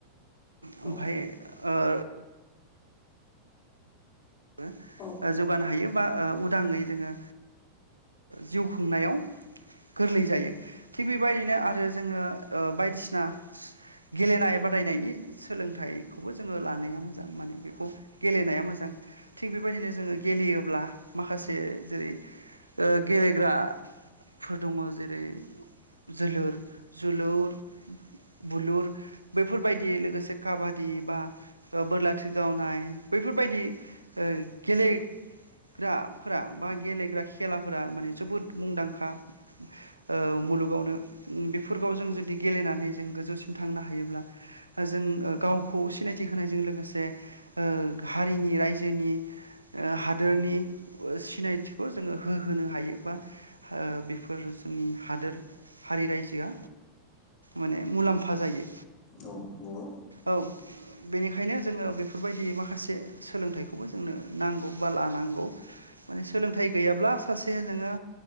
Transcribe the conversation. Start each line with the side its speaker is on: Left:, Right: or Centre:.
Right: ओमफाय
Left: उम
Right: ओ <unintelligible>
Left: औ
Right: जौगानो हायो बा ओ उदाङै जोङो जिउ खुंनायाव गोरलै जायो थिग बिबायदिनो आरो जोङो ओ बायदिसिना गेलेनाय बादायनायनि सोलोंथाइखौबो जोङो लानाया मोजां माने बेखौ गेलेनाया मोजां थिग बेबायदिनो जोङो गेलेयोब्ला माखासे जेरै ओ गेलेग्रा फोर दङ जेरै जोलोर जुलुर बुलुर बैफोरबायदि लोगोसे काबादि बा बोरलाथि गावनाय बैफोरबायदि ओ गेले ग्राफोरा बा गेलेग्रा खेलाफोरा माने जोबोद मुंदांखा ओ मुलुगावनो बेफोरखौ जों जुदि गेलेनानै जों गोजौसिम थांनो हायोब्ला जों गावखौ सिनायथि होनायजों लोगोसे हारिनि रायजो जेनि ओ हादोरनि सिनायथिखौ जोङो होहोनो हायो बा बेफोर जोंनि हादोर हारि रायजोआ माने मुलाम्फा जायो
Left: औ नोंगौ
Right: औ बिनिखायनो जोङो बेफोरबायदि माखासे सोलोंथाइखौ खौबो जोंनो नांगौ बा लानांगौ माने सोलोंथाइ गैयाब्ला सासे जोङो